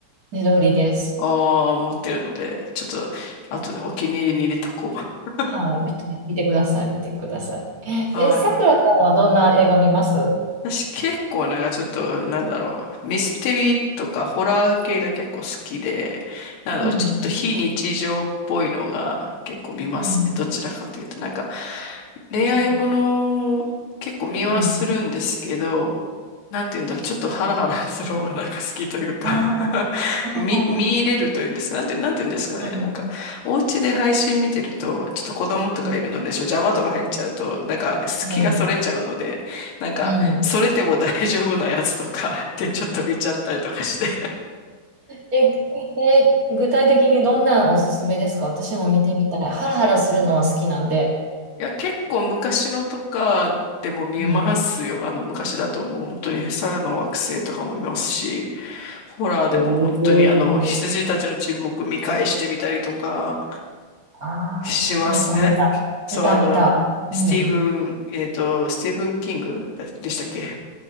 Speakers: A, on the right; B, on the left.
A: ねどりです。
B: ああー、持ってるので、ちょっと、後でお気に入りに入れとこう。
A: はい、見て、見てください、見てください。
B: はい。
A: え、さくらさんはどんな映画見ますう
B: 私結構なんかちょっと、なんだろう、ミステリーとかホラー系が結構好きで、なんだろう、
A: ん、
B: ちょっと非日常っぽいのが結構見ますね。
A: うん、
B: どちらかというと、なんか恋愛ものも結構見はするんですけど、
A: うん、うん。
B: なんて言うんだろう、ちょっとハラハラする方が <laughs> なんか好きというか
A: あああ
B: <laughs> 見、見入れるというんですか、なんて、なんて言うんですかね。
A: あうん、
B: なんか、お家で配信見てると、ちょっと子供とかいるので、
A: う
B: ちょ、邪魔とか入っちゃうと、なんか、隙がそれちゃうので、
A: ん、
B: なんか、
A: うん。うん
B: それでも大丈夫なやつとか <laughs> でちょっと見ちゃったりとかして。
A: え、え、具体的にどんなんおすすめですか私も見てみたい。ハラハラするのは好きなんで。
B: いや、結構昔のとかでも見ますよ。
A: うん。
B: あの、昔だともう本当に猿の惑星とかも見ますし、ホラーでも本当にあの、
A: おお。
B: 羊たちの沈黙見返してみたりとか
A: ああ、
B: しますね。
A: 見た見た。
B: そう、
A: 見た見た。
B: あの、スティーブン、
A: うん。
B: えっと、スティーブン・キングでしたっけ